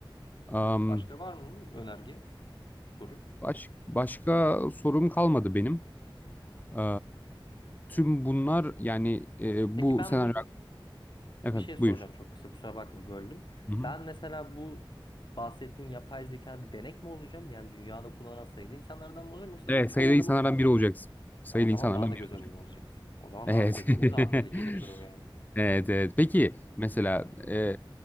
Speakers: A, on the left; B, on the left.
A: Am,
B: Başka var mı önerge, soru?
A: baş, başka sorum kalmadı benim. Ee, tüm bunlar yani e,
B: Peki
A: bu
B: ben
A: senaryo...
B: burada
A: Evet
B: Bir şey soracağım
A: buyur.
B: çok kısa kusura bakma böldüm.
A: Hı hı.
B: Ben mesela bu bahsettiğin yapay zeka bir denek mi olacağım? Yani dünyada kullanan sayılı insanlardan mı olacağım yoksa
A: Evet
B: bu çoğunluk
A: sayılı insanlardan
B: bir taraf?
A: biri olacaksın. Sayılı
B: Ya o zaman
A: insanlardan
B: daha da
A: biri
B: göz önünde
A: olacaksın.
B: olacaksın. O zaman
A: Evet.
B: daha da göz önünde daha tehlikeli
A: <laughs>
B: bir durum yani.
A: Evet evet. Peki mesela e,